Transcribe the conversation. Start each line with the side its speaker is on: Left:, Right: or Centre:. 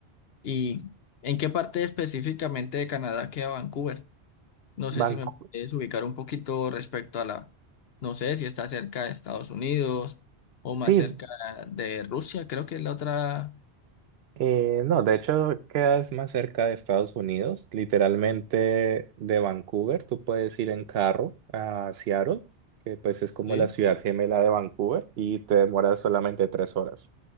Left: ¿Y en qué parte específicamente de Canadá queda Vancouver? No
Right: Vancouver.
Left: sé si me puedes ubicar un poquito respecto a la, no sé si está cerca de Estados Unidos o
Right: Sí,
Left: más cerca de Rusia, creo que es la otra.
Right: eh, no, de hecho quedas más cerca de Estados Unidos, literalmente de Vancouver. Tú puedes ir en carro a Seattle, que pues es como
Left: Sí.
Right: la ciudad gemela de Vancouver, y te demoras solamente tres horas.